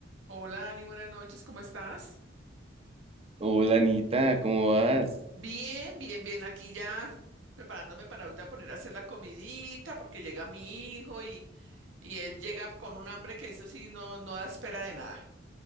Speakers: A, on the right; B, on the right.
A: Hola, Dani, buenas noches, ¿cómo estás?
B: Hola Anita, ¿cómo vas?
A: Bien, bien, bien, aquí ya preparándome para ahorita poner a hacer la comidita porque llega mi hijo y, y él llega con un hambre que eso sí no, no da espera de nada.